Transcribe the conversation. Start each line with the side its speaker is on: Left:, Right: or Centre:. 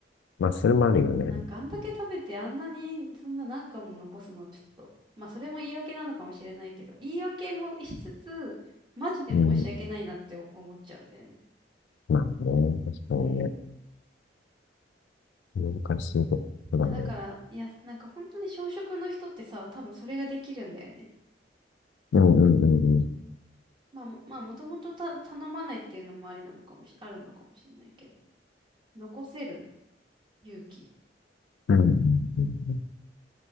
Left: まあそれもあるよね。
Right: なんかあんだけ食べてあんなにそんな何貫も残すのちょっと、まあそれも言い訳なのかもしれないけど、言い訳もしつつ、マジで申し訳ないなって思っちゃうんだよね。
Left: うん。まあね、確かにね。
Right: うん。
Left: 難しいとこだね。
Right: まあだから、いや、なんか本当に小食の人ってさ、多分それができるんだよね。
Left: うんうんうんうん。
Right: まあも、まあもともとた頼まないっていうのもありなのかもし、あるのかもしれないけど。残せる勇気。
Left: うんうんうん